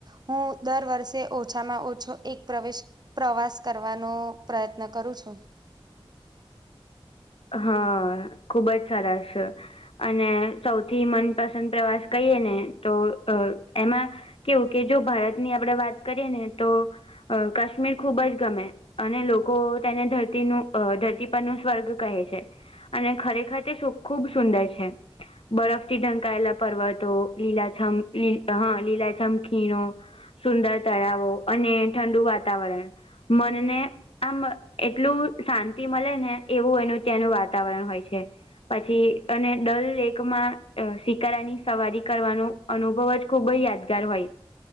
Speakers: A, on the right; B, on the left.
A: હું દર વર્ષે ઓછામાં ઓછો એક પ્રવેશ પ્રવાસ કરવાનો પ્રયત્ન કરું છું
B: હમમ ખુબ જ સરસ અને સૌથી મનપસંદ પ્રવાસ કહીએ ને તો અ એમાં કેવું કે જો ભારતની આપડે વાત કરીએ ને તો અ કાશ્મીર ખુબ જ ગમે અને લોકો તેને ધરતીનું ધરતી પરનું સ્વર્ગ કહે છે અને ખરેખર તે સુખ ખૂબ સુંદર છે બરફથી ઢંકાયલા પરવડતો લીલાછમ લ હા લીલાછમ ખીણો સુંદર તળાવો અને ઠંડુ વાતાવરણ મનને આમ એટલું શાંતિ મળે ને એ બ એનું ત્યાંનું વાતાવરણ હોય છે. પછી અને ડલ લેકમાં સિકારાની સવારી કરવાનું. અનુભવ જ ખુબ જ યાદગાર હોય.